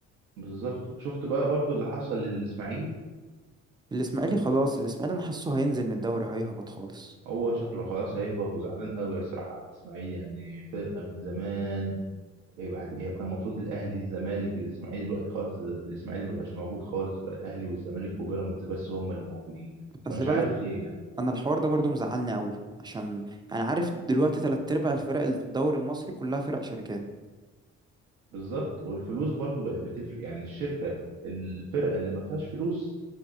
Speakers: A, on the right (about 80°); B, on the right (about 15°).
A: بالظبط شفت بقى برضو اللي حصل للاسماعيلي
B: الاسماعيلي خلاص الاسماعيلي انا حاسه هينزل من الدوري هيهبط خالص
A: هو شكله خلاص هيهبط وزعلان قوي الصراحه على الاسماعيلي يعني فرقه من زمان إيه بعد ايه كان المفروض الاهلي الزمالك الاسماعيلي دلوقتي خالص الاسماعيلي مبقاش موجود خالص بقى الاهلي والزمالك وبيراميدز بس هم اللي موجودين
B: خلي
A: فمش
B: بالك
A: عارف ليه يعني
B: انا الحوار ده برضو مزعلني قوي عشان يعني عارف دلوقتي تلات ارباع الفرق اللي في الدوري المصري كلها فرق شركات
A: بالظبط والفلوس برضو بقت بتفرق يعني الشركه الفرقه اللي ما فيهاش فلوس